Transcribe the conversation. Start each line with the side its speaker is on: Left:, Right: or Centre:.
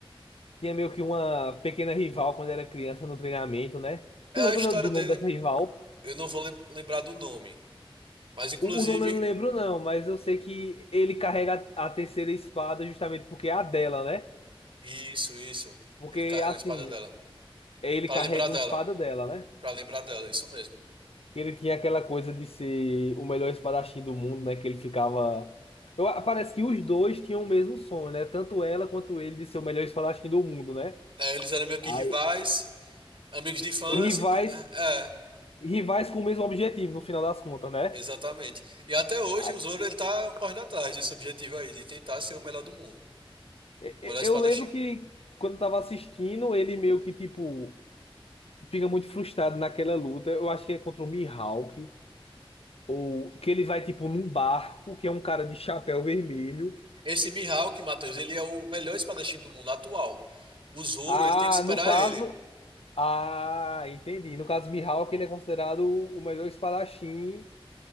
Left: tinha meio que uma pequena rival quando era criança no treinamento, né? Tu
Right: É
Left: lembra
Right: a história
Left: do do
Right: dele.
Left: nome dessa rival?
Right: Eu não vou lem- lembrar do nome. Mas, inclusive,
Left: O, o nome eu não lembro, não, mas eu sei que ele carrega a, a terceira espada justamente porque é a dela, né?
Right: Isso, isso.
Left: Porque,
Right: Ele carrega
Left: assim,
Right: a espada dela.
Left: ele
Right: Pra
Left: carrega
Right: lembrar dela.
Left: uma espada dela, né?
Right: Pra lembrar dela, isso mesmo.
Left: que ele tinha aquela coisa de ser o melhor espadachim do mundo, né? Que ele ficava. Eu, parece que os dois tinham o mesmo sonho, né? Tanto ela quanto ele de ser o melhor espadachim do mundo, né?
Right: É, eles eram meio que
Left: Aí,
Right: rivais, amigos de infância.
Left: Os rivais,
Right: e É, é,
Left: rivais com o mesmo objetivo, no final das contas, né?
Right: exatamente. E até hoje
Left: Aí,
Right: o Zoro ele tá correndo atrás desse objetivo aí, de tentar ser o melhor do mundo.
Left: e-
Right: O
Left: e-
Right: melhor espadachim.
Left: Eu lembro que quando eu tava assistindo, ele meio que, tipo, fica muito frustrado naquela luta. Eu acho que é contra o Mihawk, ou que ele vai, tipo, num barco, que é um cara de chapéu vermelho.
Right: Esse Mihawk, Matheus, ele é o melhor espadachim do mundo atual. O Zoro,
Left: Ah,
Right: ele tem que superar
Left: no caso.
Right: ele.
Left: Ah, entendi. No caso, Mihawk, ele é considerado o melhor espadachim